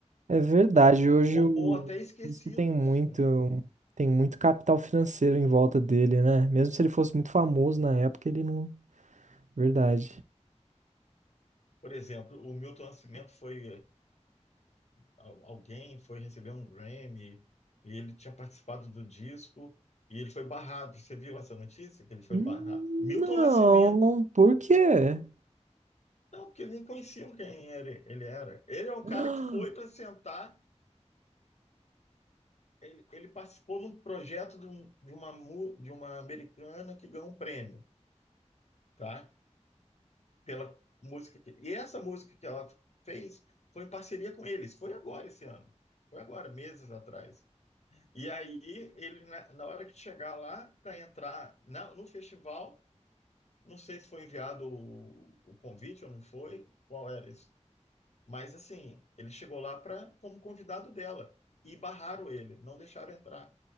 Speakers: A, on the right; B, on the left.
A: é verdade.
B: né?
A: Hoje
B: Ou,
A: o
B: ou até esquecidos,
A: músico tem muito,
B: né?
A: tem muito capital financeiro em volta dele, né? Mesmo se ele fosse muito famoso na época, ele não. Verdade.
B: Por exemplo, o Milton Nascimento foi al- alguém foi receber um Grammy e ele tinha participado do disco e ele foi barrado. Você viu essa notícia que ele foi
A: Hum,
B: barrado? Milton
A: Não,
B: Nascimento.
A: por quê?
B: Não, porque nem conheciam quem era, ele era. Ele é um
A: <gasps>
B: cara que foi para sentar. Ele, ele participou num projeto de, um- de uma, mu- de uma americana que ganhou um prêmio, tá? Pela música que, e essa música que ela fez foi em parceria com eles. Foi agora esse ano. Foi agora, meses atrás. E aí, ele, na, na hora que chegar lá, para entrar na- no festival, não sei se foi enviado o, o convite ou não foi, qual era isso. Mas assim, ele chegou lá pra, como convidado dela e barraram ele, não deixaram entrar.